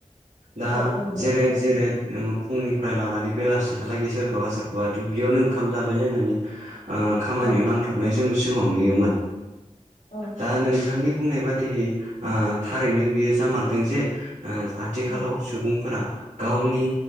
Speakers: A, on the right (about 80°); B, on the left (about 80°).
A: दा
B: औ औ नंगौ
A: जेरेद जेरेद नोङो फुंनिफ्राय लानानै बेलासिहालागै सोरखौबा सोरखौबा दुब्लियावनो ओंखाम जालायलायनानै ओ खामानियाव
B: औ
A: नांथाबनाय जों सिगाङाव नुयोमोन,
B: औ
A: दा नोंथांनि बुंनाय बादिहै ओ थारैनो बियो जामारदों जे ओ आथिखालाव
B: औ
A: सुबुंफोरा गावनि